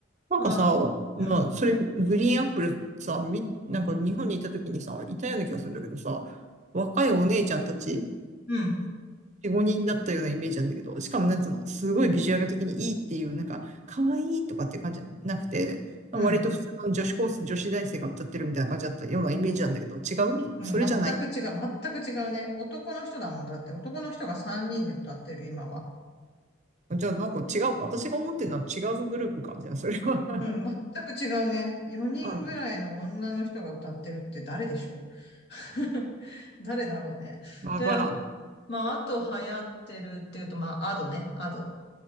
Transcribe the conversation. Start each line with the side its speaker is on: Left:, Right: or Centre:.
Right: なんかさ、
Left: まあ、
Right: まあ、
Left: うん、
Right: それ、グリーンアップルさ、み、
Left: うん、
Right: なんか日本にいた時にさ、いたような気がするんだけどさ、若いお姉ちゃんたち
Left: うん、うん。
Right: 4、5人だったようなイメージなんだけど、しかもなんつうの、すごいビジュアル的にいいっていう、なんか、可愛いとかっていう感じじゃなくて、
Left: うん
Right: まあ割と普通の女子高生、女子大生が歌ってるみたいな感じだったようなイメージなんだけど、違うそれじゃない。
Left: うん、全く違う、全く違うね。男の人だもんだって、男の人が3人で歌ってる、今は。
Right: じゃあなんか違うか。私が思ってるのは違うグループか。じゃあそれは
Left: うん、
Right: <laughs>
Left: 全く違うね。4人ぐらいの女の人が歌ってるって誰でしょ
Right: あ、
Left: う <laughs> 誰だろうね。
Right: わからん。
Left: で、まあ、あと流行ってるっていうと、まあ、アドね、アド。